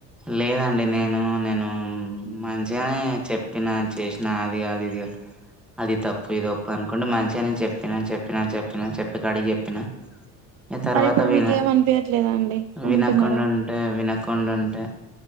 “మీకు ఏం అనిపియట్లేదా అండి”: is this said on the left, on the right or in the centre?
Right